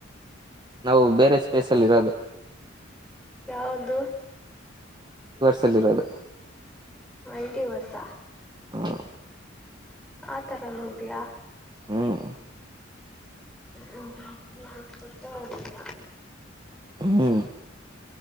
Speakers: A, on the right (about 25°); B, in the centre.
A: ನಾವು ಬೇರೆ ಸ್ಪೇಸ್ ಅಲ್ಲಿ ಇರೋದು
B: ಯಾವ್ದ
A: ಚಲ್ಲದು
B: ಅಲ್ಟಿ ವರ್ಷ
A: ಹ್ಮ
B: ಆ ತರ ನೋದಿಯಾ
A: ಹ್ಮ್
B: ಹ್ಮ ಗತ್ತಲ್ಲ
A: ಹ್ಮ್